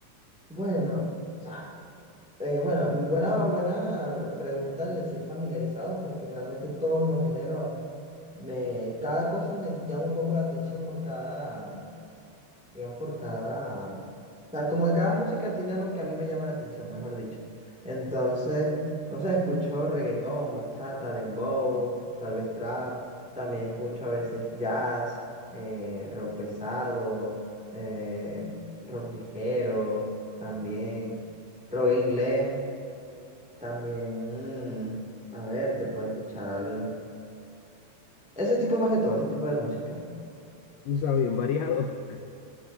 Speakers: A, in the centre; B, on the left.
A: Bueno, o sea, eh, bueno, buena, buena re- pregunta al decir familiarizado, porque realmente todos los géneros, me, cada cosa me llama un poco la atención por cada, digamos, por cada, o sea, como que cada música tiene algo que a mí me llama la atención, mejor dicho. Entonces, no sé, escucho reggaetón, bachata, dembow, tal vez trap, también escucho a veces jazz, eh, rock pesado, eh, rock ligero, también rock en inglés, también, mm, a ver, te puedo escuchar ese tipo más que todo, ese tipo de música.
B: O sea, bien variado.